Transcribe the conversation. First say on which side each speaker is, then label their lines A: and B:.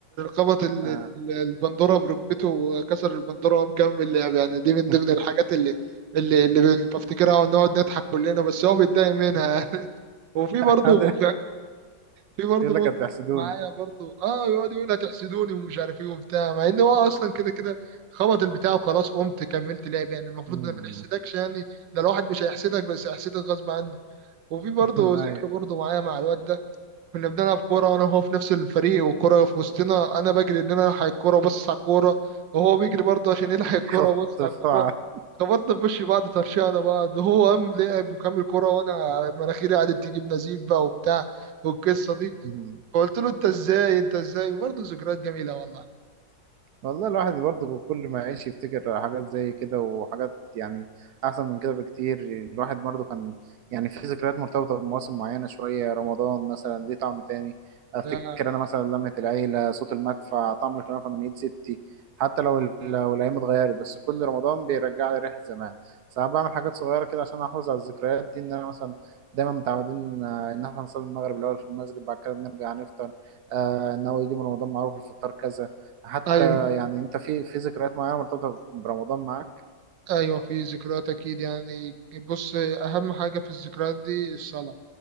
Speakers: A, on the right (about 85°); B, on the right (about 70°).
A: ربط ال-
B: آه.
A: ال- البندوره بركبته وكسر البندوره وقام مكمل لعب يعني دي
B: <laughs>
A: من ضمن الحاجات اللي اللي اللي بفتكرها ونقعد نضحك كلنا بس هو بيتضايق منها <laughs> وفي برضه
B: قاعد
A: في برضه
B: يقول
A: موقف
B: لك هتحسدوني
A: معايا برضه اه يقعد يقول هتحسدوني ومش عارف ايه وبتاع مع ان هو اصلا كده كده خبط البتاع وخلاص قمت كملت لعب يعني المفروض
B: مم.
A: إن ما نحسدكش يعني ده الواحد مش هيحسدك بس هيحسدك غصب عنه وفي برضه
B: <laughs>
A: ذكرى
B: أي
A: برضه معايا مع الواد ده كنا بنلعب كورة وأنا وهو في نفس الفريق والكورة في وسطنا أنا بجري إن أنا ألحق الكورة وأبص على الكورة وهو بيجري برضه عشان يلحق الكورة
B: خفض
A: وأبص
B: الدفاع
A: على الكورة خبطنا في وش بعض طرشقنا بعض وهو قام لعب وكمل كورة وأنا مناخيري قعدت تجيب نزيف بقى وبتاع والقصة دي
B: <laughs> مم.
A: فقلت له أنت إزاي أنت إزاي برضه ذكريات جميلة والله
B: والله الواحد برضه كل ما يعيش يفتكر حاجات زي كده وحاجات يعني أحسن من كده بكتير الواحد برضه كان يعني في ذكريات مرتبطة بمواسم معينة شوية رمضان مثلا ليه طعم تاني أفتكر
A: يا-
B: أنا مثلا لمة العيلة صوت المدفع طعم الكنافة من إيد ستي حتى لو ال- لو الأيام اتغيرت بس كل رمضان بيرجع لي ريحة زمان ساعات بعمل حاجات صغيرة كده عشان أحافظ على الذكريات دي إن أنا مثلا دايما متعودين آه، إن إحنا نصلي المغرب الأول في المسجد بعد كده نرجع نفطر آه، إن هو يجي من رمضان معروف الفطار كذا حتى
A: أيوه
B: يعني انت في في ذكريات معينه مرتبطه برمضان معاك
A: أيوه في ذكريات أكيد يعني بص أهم حاجة في الذكريات دي الصلاة